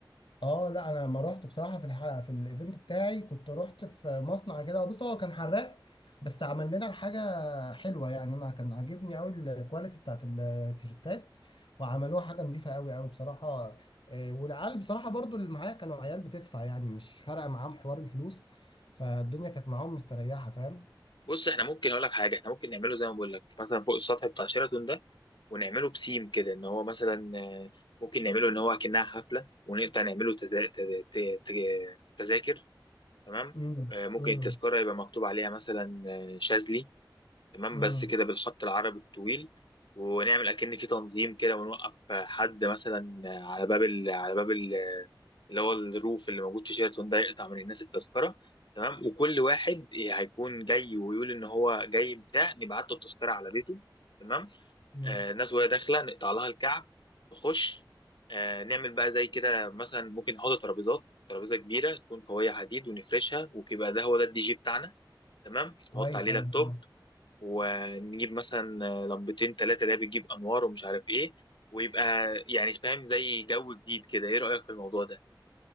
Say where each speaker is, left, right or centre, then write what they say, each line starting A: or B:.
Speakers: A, on the left; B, on the left.
A: اه لا انا لما رحت بصراحه في الح... في الايفنت بتاعي كنت رحت في مصنع كده بص هو كان حراق بس عمل لنا الحاجه حلوه يعني انا كان عاجبني قوي الكواليتي بتاعت التيشيرتات وعملوها حاجه نظيفه قوي قوي بصراحه آه، والعيال بصراحه برضو اللي معايا كانوا عيال بتدفع يعني مش فارقه معاهم حوار الفلوس فالدنيا كانت معاهم مستريحه فاهم
B: بص احنا ممكن اقول لك حاجه احنا ممكن نعمله زي ما بقول لك مثلا فوق السطح بتاع شيراتون ده ونعمله بسيم كده ان هو مثلا آه، ممكن نعمله ان هو كأنها حفله ونقطع نعمله تزا... تز- ت- ت- تذاكر تمام
A: امم
B: آه، ممكن
A: امم
B: التذكره يبقى مكتوب عليها مثلا آه، شاذلي تمام
A: امم
B: بس كده بالخط العربي الطويل ونعمل اكن في تنظيم كده ونوقف حد مثلا على باب ال... على باب ال... اللي هو الروف اللي موجود في شيراتون ده يقطع من الناس التذكره تمام وكل واحد هيكون جاي ويقول ان هو جاي بتاع نبعت له التذكره على بيته تمام
A: امم
B: آه الناس وهي داخله نقطع لها الكعب تخش آه نعمل بقى زي كده مثلا ممكن نحط ترابيزات ترابيزه كبيره تكون قويه حديد ونفرشها ويبقى ده هو ده الدي جي بتاعنا تمام
A: كويس
B: نحط عليه
A: قوي
B: لابتوب
A: اه
B: ونجيب مثلا لمبتين ثلاثة ده بتجيب أنوار ومش عارف إيه ويبقى يعني فاهم زي جو جديد كده إيه رأيك في الموضوع ده؟